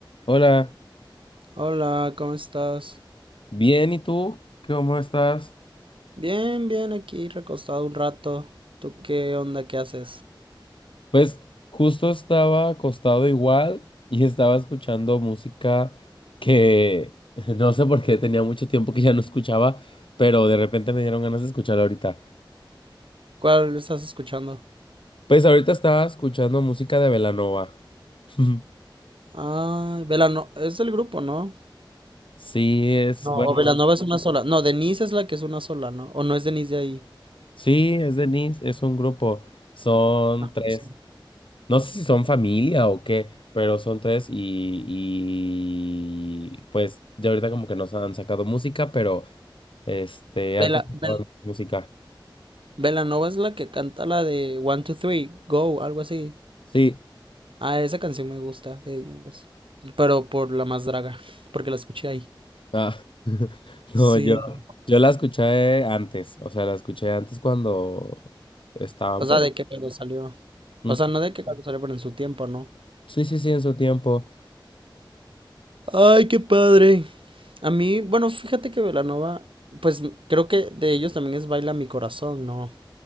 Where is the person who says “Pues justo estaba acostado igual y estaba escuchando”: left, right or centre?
Left